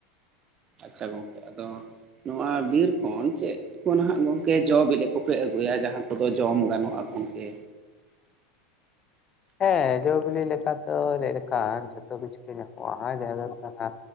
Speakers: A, on the right; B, on the left.
A: ᱟᱪᱪᱷᱟ ᱜᱚᱝᱠᱮ ᱟᱫᱚ ᱱᱚᱣᱟ ᱵᱤᱨ ᱠᱷᱚᱱ ᱪᱮᱫ ᱠᱚ ᱱᱟᱦᱟᱜ ᱜᱚᱝᱠᱮ ᱡᱚ ᱵᱤᱞᱤ ᱠᱚᱯᱮ ᱟᱹᱜᱩᱭᱟ ᱡᱟᱦᱟᱸ ᱠᱚᱫᱚ ᱡᱚᱢ ᱜᱟᱱᱚᱜᱼᱟ ᱜᱚᱝᱠᱮ
B: ᱦᱮᱸ ᱡᱚᱼ ᱵᱤᱞᱤ ᱞᱮᱠᱟᱛᱮ ᱞᱟᱹᱭ ᱞᱮᱠᱷᱟᱱ ᱡᱚᱛᱚ ᱠᱤᱪᱷᱩ ᱜᱮ ᱧᱟᱢᱚᱜᱼᱟ ᱡᱟᱦᱟᱸ ᱫᱚ ᱦᱩᱭᱩᱜ ᱠᱟᱱᱟ